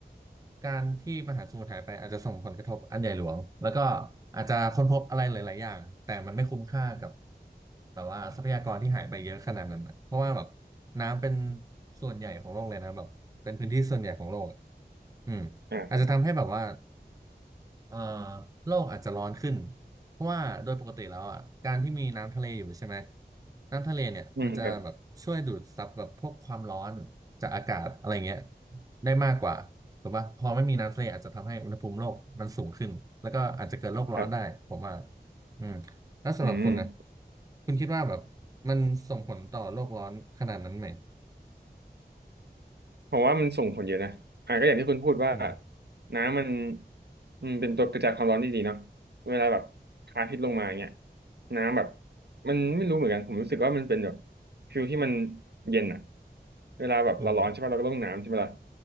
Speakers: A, on the right (about 20°); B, on the right (about 75°).
A: การที่มหาสมุทรหายไปอาจจะส่งผลกระทบอันใหญ่หลวงแล้วก็อาจจะค้นพบอะไรหลายๆอย่างแต่มันไม่คุ้มค่ากับแบบว่าทรัพยากรที่หายไปเยอะขนาดนั้นนะเพราะว่าแบบน้ำเป็นส่วนใหญ่ของโลกเลยนะแบบเป็นพื้นที่ส่วนใหญ่ของโลกอะอืม
B: อ่าครับ
A: อาจจะทำให้แบบว่า เอ่อโลกอาจจะร้อนขึ้นเพราะว่าโดยปกติแล้วอ่ะการที่มีน้ำทะเลอยู่ใช่ไหมน้ำทะเลเนี่ยมันจะแบบช่วยดูดซับแบบพวกความร้อนจากอากาศอะไรเงี้ย
B: อืมครับ
A: ได้มากกว่าถูกป่ะพอไม่มีน้ำทะเลอาจจะทำให้อุณหภูมิโลกมันสูงขึ้นแล้วก็อาจจะเกิดโลกร้อนได้ผมว่า
B: ครับ
A: อืมแล้วสำหรับคุณนะ
B: อืม
A: คุณคิดว่าแบบมันส่งผลต่อโลกร้อนขนาดนั้นไหม
B: ผมว่ามันส่งผลเยอะนะอ่ะก็อย่างที่คุณพูดว่า
A: อืม
B: น้ำมันอืมเป็นตัวกระจายความร้อนที่ดีเนาะเวลาแบบพระอาทิตย์ลงมาเงี้ยน้ำแบบมันไม่รู้เหมือนกันผมรู้สึกว่ามันเป็นแบบฟิลที่มันเย็นอ่ะเวลาแบบเราร้อนใช่ป่ะเราก็ต้องน้ำใช่ไหมล่ะ
A: อืม